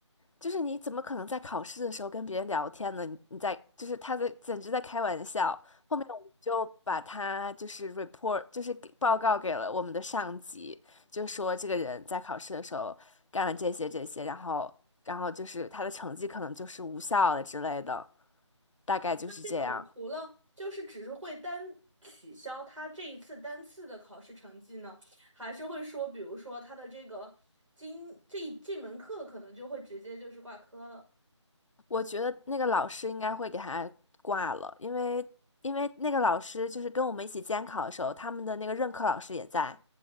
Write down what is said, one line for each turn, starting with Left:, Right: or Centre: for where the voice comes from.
Left: 就是你怎么可能在考试的时候跟别人聊天呢？你你在就是他在简直在开玩笑。后面我们就把他就是 report 就是给报告给了我们的上级，就说这个人在考试的时候干了这些这些，然后然后就是他的成绩可能就是无效了之类的，大概就是这样。
Right: 这种除了就是只是会单取消他这一次单次的考试成绩呢，还是会说，比如说他的这个今这这门课可能就会直接就是挂科了。
Left: 我觉得那个老师应该会给他挂了，因为因为那个老师就是跟我们一起监考的时候，他们的那个任课老师也在，